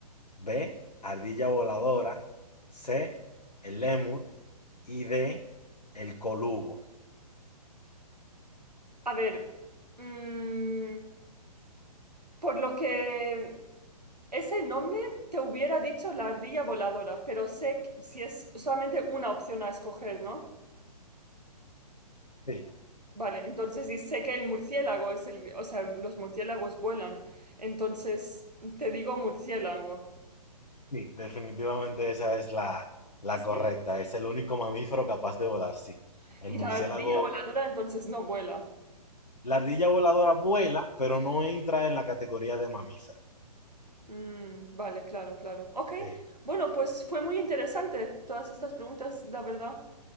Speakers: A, on the left (about 80°); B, on the right (about 80°).
A: B, ardilla voladora, C, el lémur y D, el colugo.
B: a ver. mm, por lo que ese nombre te hubiera dicho la ardilla voladora, pero sé que si es solamente una opción a escoger, ¿no?
A: Sí,
B: Vale, entonces y sé que el murciélago es el, o sea, los murciélagos vuelan. Entonces te digo murciélago.
A: sí, definitivamente esa es la, la
B: Sí.
A: correcta. Es el único mamífero capaz de volar, sí. El
B: Y
A: murciélago,
B: la Vale. ardilla voladora entonces no vuela.
A: la ardilla voladora vuela, pero no entra en la categoría de mamífero.
B: Mm, vale, claro, claro. Ok,
A: Sí,
B: bueno, pues fue muy interesante todas estas preguntas, la verdad.